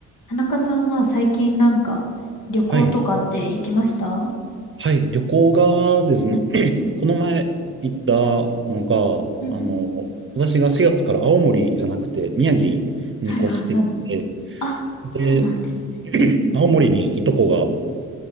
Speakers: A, on the left (about 55°); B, on the right (about 30°).
A: 田中さんは最近なんか旅行とかって行きました
B: はい、はい、旅行がですね、<clears throat>
A: うん
B: この前行ったのが、
A: うんうん。
B: あの、私が4月から青森じゃなくて宮城に越してきて、
A: はいはいはい。あ、そうなんですね。
B: で、<clears throat>
A: うんうん。
B: 青森にいとこが